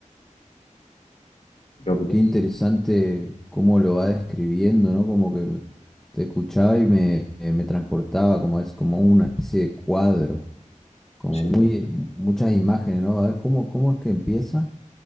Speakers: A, on the left; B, in the centre.
A: ¿Qué opinas?
B: qué interesante cómo lo va describiendo, ¿no? Como que te escuchaba y me, eh, me transportaba, como es como una especie de cuadro, como
A: Sí.
B: muy muchas imágenes, ¿no? A ver, ¿cómo, cómo es que empieza?